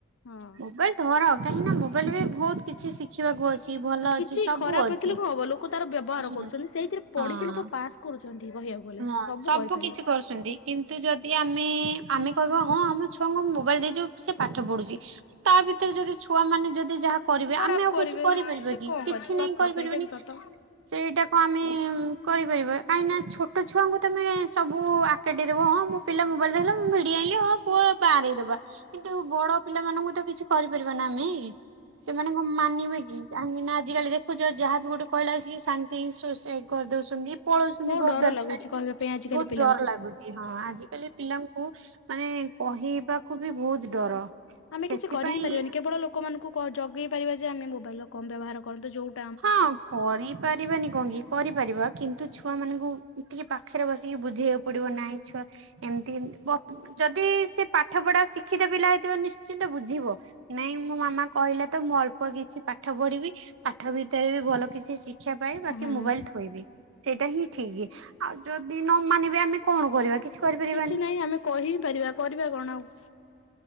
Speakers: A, on the left (about 65°); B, on the right (about 60°).
A: ହଁ।
B: ମୋବାଇଲ ଧର କାହିଁକି ନା ମୋବାଇଲ ବି ବହୁତ କିଛି ଶିଖିବାକୁ ଅଛି ଭଲ ଅଛି
A: କିଛି
B: ସବୁ
A: ଖରାପ
B: ଅଛି।
A: ହେଥିଲେ କଣ ହବ ଲୋକ ତାର ବ୍ୟବହାର
B: ହୁଁ
A: କରୁଛନ୍ତି ସେଇଥିରେ ପଢ଼ିକି
B: ହଁ
A: ଲୋକ ପାସ୍ କରୁଛନ୍ତି କହିବାକୁ ଗଲେ
B: ହଁ ସବୁ
A: କରିପାରିବେ।
B: କିଛି କରୁଛନ୍ତି। କିନ୍ତୁ ଯଦି ଆମେ ଆମେ କହିବା ହଁ ଆମ ଛୁଆଙ୍କୁ ମୋବାଇଲ ଦେଇଛୁ ସେ ପାଠ ପଢୁଛି। ତା ଭିତରେ ଯଦି ଛୁ ମାନେ ଯଦି ଯାହା କରିବେ
A: ଖରାପ
B: ଆମେ ଆଉ
A: କରିବେ
B: କିଛି କରିପାରିବା
A: ସେ
B: କି
A: କଣ
B: କିଛି
A: କରିବେ ସତ
B: ନାହିଁ କରିପାରିବନି।
A: ସେଇଟା ବି ସତ।
B: ସେଇଟାକୁ ଆମେ କରିପାରିବା କାହିଁକିନା ଛୋଟ ଛୋଟ ଛୁଆଙ୍କୁ ତମେ ସବୁ ଆଗକେଟି ଦେବ ହଁ ମୋ ପିଲା ମୋବାଇଲ ଦେହଲେ ମୁଁ ମିଡ଼ିଆ ଆଇଲି ହଁ ପୁଅ ବାଆଁରେଇ ଦବା। କିନ୍ତୁ ବଡ ପିଲାମାନଙ୍କୁ ତ କିଛି କରିପାରିବ ନା ଆମେ ସେମାନଙ୍କ ମାନିବେ କି କାହିଁକିନା ଆଜିକାଲି ଦେଖୁଛ ଯାହାବି ଗୋଟେ କହିଲା ସାଙ୍ଗେ ସାଙ୍ଗେ ସୁସାଇଟ୍ କରିଦଉଛନ୍ତି ପଳଉଛନ୍ତି
A: ବହୁତ
B: କରିଦୁଆର
A: ଡର ଲାଗୁଛି
B: ଛାଡିକି
A: କହିବା ପାଇଁ ଆଜିକାଲି
B: ବହୁତ
A: ପିଲାଙ୍କୁ।
B: ଡର ଲାଗୁଛି। ହଁ ଆଜିକାଲି ପିଲାଙ୍କୁ ମାନେ କହିବାକୁ ବି ବହୁତ ଡର।
A: ଆମେ
B: ସେଥିପାଇଁ
A: କିଛି କରି ହିଁ ପାରିବାନି କେବଳ ଲୋକମାନଙ୍କୁ କ ଜଗେଇ ପାରିବା ଯେ ଆମେ ମୋବାଇଲ ର କମ୍ ବ୍ୟବହାର କରନ୍ତୁ ଯୋଉ
B: ହଁ କରିପାରିବାନି କଣ କିି କରିପାରିବା କିନ୍ତୁ ଛୁଆ ମାନଙ୍କୁ ଟିକେ ପାଖରେ ବସିକି ବୁଝେଇବାକୁ ପଡିବ ନାହିଁ ଛୁଆ ଏମିତି ଯଦି ସେ ପାଠ ପଢା ଶିଖିତ ପିଲା ହେଇଥିଲେ ନିଶ୍ଚିନ୍ତ ବୁଝିବ। ନାଇଁ ମୋ ମାମା କହିଲା ତ ମୁଁ ଅଳ୍ପ କିଛି ପାଠ ପଢିବି ପା ପାଠ ଭିତରେ ବି ଭଲ କିଛି ଶିକ୍ଷା ପାଇଁ
A: ହଁ
B: ବାକି ମୋବାଇଲ ଥୋଇବି। ସେଇଟା ହିଁ ଠିକ ଆଉ ଯଦି ନ ମାନିବା ଆମେ କଣ କରିବା କିଛି କରିପାରିବାନି
A: କିଛି ନାହିଁ ଆମେ କହିପାରିବା କରିବା କଣ ଆଉ।